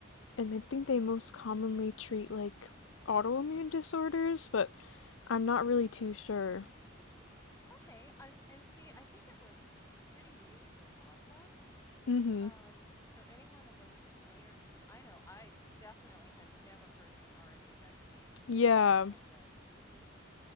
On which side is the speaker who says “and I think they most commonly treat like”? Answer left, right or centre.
Left